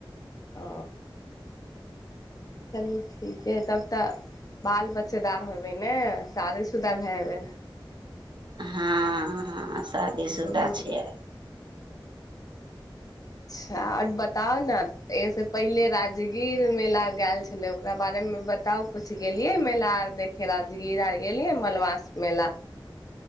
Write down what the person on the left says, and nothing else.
ओ चलू ठीक तब तऽ बाल बच्चेदार होबै ने, शादी शुदा भै हबै
हेबै
अच्छा और बताउ ने, एहिसँ पहिले राजगीर मेला गेल छलै ओकरा बारेमे बत ताउ कुछ गेलियै मेला और देखे लेल राजगीर आर गेलियै मलमास मेला